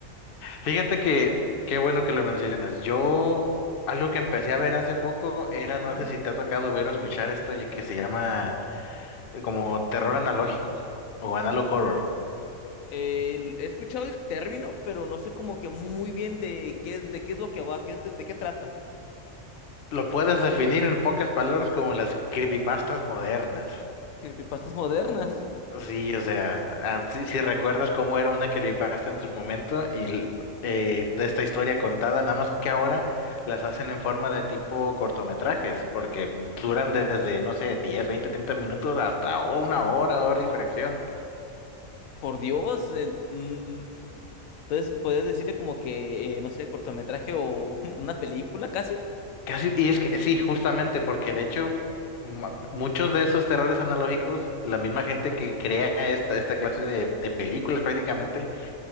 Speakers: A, on the left; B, on the left.
A: Fíjate que, qué bueno que lo mencionas. Yo, algo que empecé a ver hace poco era,
B: Ujú.
A: no sé si te ha tocado ver o escuchar esto ye- que se llama eh, como terror analógico o analog horror.
B: Eh, he escuchado el término, pero no sé como que muy bien de qué es, de qué es lo que va, qué es, de, de qué trata.
A: Lo puedes definir en pocas palabras como las creepypastas modernas.
B: Creepypastas modernas,
A: Sí, o sea, ah, sí- si, recuerdas cómo era una creepypasta en su momento y l- eh, esta historia contada, nada más que ahora las hacen en forma de tipo cortometrajes, porque duran desde, no sé, 10, 20, 30 minutos hasta una hora, hora y fracción.
B: por Dios. eh, mm, entonces, puedes decirte como que, eh, no sé, cortometraje o <laughs> una película casi.
A: Casi, y es que sí, justamente, porque de hecho ma- muchos de esos terrores analógicos, la misma gente que crea esta, esta clase de, de películas prácticamente,